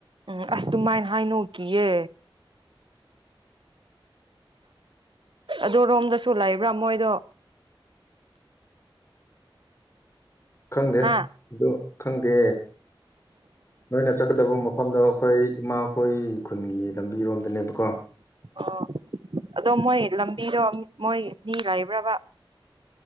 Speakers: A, on the right; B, on the left.
A: ꯎꯝ ꯑꯁ ꯑꯗꯨꯃꯥꯏꯅ ꯍꯥꯏꯅꯨ ꯀꯤꯌꯦ ꯑꯗꯨꯔꯣꯝꯗꯁꯨ ꯂꯩꯕ꯭ꯔꯥ ꯃꯣꯏꯗꯣ
B: ꯈꯪꯗꯦ
A: ꯍꯥ
B: ꯑꯗꯣ ꯈꯪꯗꯦ ꯅꯣꯏꯅ ꯆꯠꯀꯗꯕ ꯃꯐꯝꯗꯣ ꯑꯩꯈꯣꯏ ꯏꯃꯥꯈꯣꯏ ꯈꯨꯟꯒꯤ ꯂꯝꯕꯤꯔꯣꯝꯗꯅꯦꯕꯀꯣ
A: ꯑꯣ ꯑꯗꯣ ꯃꯣꯏ ꯂꯝꯕꯤꯗꯣ ꯃꯣꯏ ꯃꯤ ꯂꯩꯥꯕ꯭ꯔꯕꯥ